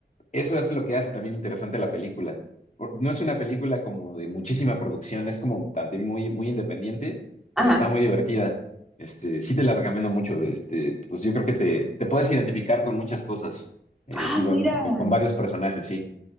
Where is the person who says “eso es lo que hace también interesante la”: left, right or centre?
Left